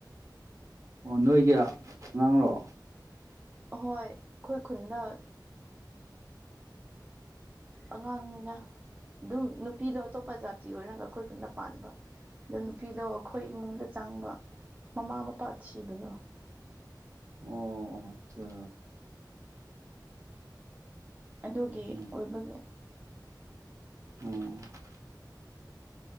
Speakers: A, on the right; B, on the right.
A: ꯑꯣ ꯅꯣꯏꯒꯤ ꯑꯉꯥꯡꯔꯣ
B: ꯑꯍꯣꯏ ꯑꯩꯈꯣꯏ ꯈꯨꯟꯗ ꯑꯉꯥꯡꯅꯤꯗ ꯑꯗꯨꯝ ꯅꯨꯄꯤꯗꯣ ꯑꯇꯣꯞꯄ ꯖꯥꯇꯤ ꯑꯣꯏꯔꯒ ꯑꯩꯈꯣꯏ ꯈꯨꯟꯗ ꯄꯥꯟꯕ ꯑꯗꯣ ꯅꯨꯄꯤꯗꯣ ꯑꯩꯈꯣꯏ ꯏꯃꯨꯡꯗ ꯆꯪꯕ ꯃꯃꯥ ꯃꯄꯥ ꯊꯤꯕꯗꯣ
A: ꯑꯣ ꯑꯠꯆꯥ
B: ꯑꯗꯨꯒꯤ
A: ꯎꯝ
B: ꯑꯣꯏꯕꯒꯤ
A: ꯑꯣ